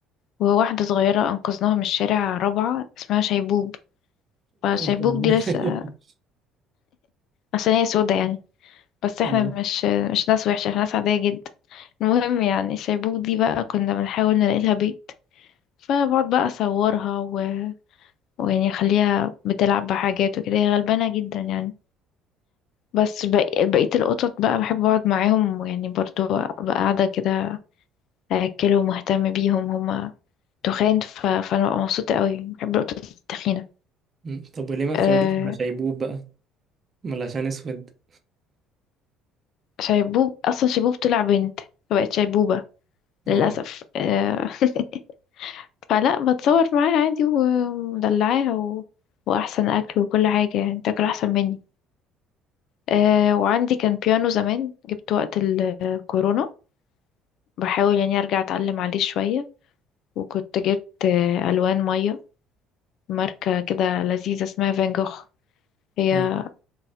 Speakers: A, on the left; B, on the right.
A: وواحده صغيره انقذناها من الشارع رابعه اسمها شيبوب فشيبوب
B: <laughs>
A: دي لسه عشان هي سودا يعني بس احنا
B: مم.
A: مش مش ناس وحشه احنا ناس عاديه جدا المهم يعني شيبوب دي بقى كنا بنحاول نلاقي لها بيت فبقعد بقى اصورها و... ويعني اخليها بتلعب بحاجات وكده هي غلبانه جدا يعني بس بقي- بقية القطط بقى بحب اقعد معاهم ويعني برضو ابقى قاعدة كده اكله ومهتم بيهم هما تخان ف... فانا ببقى مبسوطه قوي بحب نقطه التخينه
B: مم. طب وليه ما بتقعديش
A: أه...
B: مع شيبوب بقى ولا عشان اسود
A: شيبوب اصلا شيبوب طلع بنت فبقت شيبوبه
B: اه
A: للاسف أه... <laughs> فلا بتصور معاها عادي ومدلعاها و... واحسن اكل وكل حاجه يعني تاكل احسن مني أه... وعندي كان بيانو زمان جبت وقت الكورونا بحاول يعني ارجع اتعلم عليه شويه وكنت جبت آه، الوان ميه ماركه كده لذيذه اسمها فان جوخ هي
B: مم.